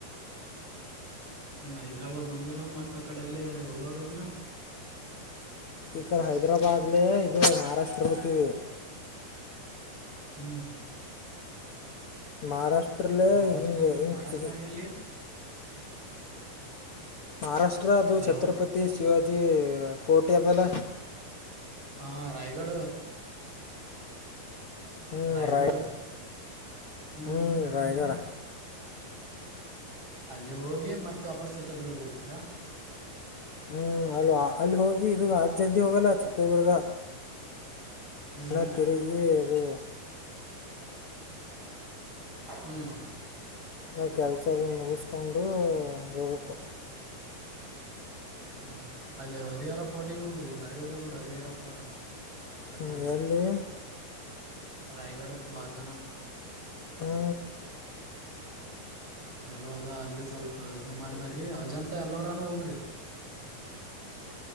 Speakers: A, on the right (about 30°); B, on the left (about 80°).
A: ಹೈದ್ರಾಬಾದ್ ಒಂದನು ಮತ್ತ ಆ ಕಡೆಯಲ್ಲಿ ಹೋಗವರು ಇದೀರು
B: ಈಕರ್ ಹೈದ್ರಾಬಾದ್ಲೆ ಇದು ಮಹಾರಾಷ್ಟ್ರ ಹೋಗ್ತೀವಿ
A: ಹ್ಮ್
B: ಮಹಾರಾಷ್ಟ್ರಲ್ಲೇ
A: ಮಹಾರಾಷ್ಟ್ರಾಗ
B: ಹಿಂಗೆ ಹಿಂಗ
A: ಮಹಾರಾಷ್ಟ್ರಾಗ ಎಲ್ಲಿ
B: ಮಹಾರಾಷ್ಟ್ರ ಅದು
A: ಹಲೋ
B: ಛತ್ರಪತಿ ಶಿವಾಜಿ ಕೋಟೆ ಅದಲ್ಲ
A: ಹಾ ರಾಯಗಡ
B: ಹ್ಞೂ
A: ರಾಯಗಡ
B: ರಾಯ್
A: ಹ್ಮ್
B: ಹ್ಞೂ
A: ಹ್ಮ್ ಹ್ಮ್
B: ರಾಯಗಢ
A: ಹ್ಮ ಅಲ್ಲಿ ಹೋಗಿ ಮತ್ತೆ ವಾಪಸ್ ಚಿತ್ರದುರ್ಗ ಹೋಗ್ತೀರಾ
B: ಹ್ಮ್ ಅಲ್ವಾ ಅಲ್ಲಿ ಹೋಗಿ ಇದು ಅಷ್ಟು ಜಲ್ದಿ ಹೋಗಲ್ಲ ಚಿತ್ರದುರ್ಗ
A: ಹ್ಮ್
B: ಎಲ್ಲ
A: ಹ್ಮ್
B: ತಿರುಗಿ ಅದು
A: ಹ್ಮ್
B: ನಾವು ಕೆಲಸನ್ನ ಮುಗಿಸ್ಕೊಂಡು ಹೋಗ್ಬೇಕು
A: ಹ್ಮ್ ಅಲ್ಲರಿರ ಫೋಟಿಗೆ ಹೋಗ್ರಿ ಬರಿಯದ ನೋಡಿ ಹರಿಹರ ಫೋಟ ಹರಿಹಾರ
B: ಹ್ಞೂ ಎಲ್ಲಿ
A: ರಾಯಗಡತ್ ಬಾಜುನಾ
B: ಹಾ
A: ಸವಲ ಅದ ಅಲ್ಲ ಸ್ವಲ್ಪ ಇದನ್ನ ಮಾಡಿಬಾರ್ರಿ ಅಜಂತ ಎಲ್ಲರನುೂ ಹೋಗ್ರಿ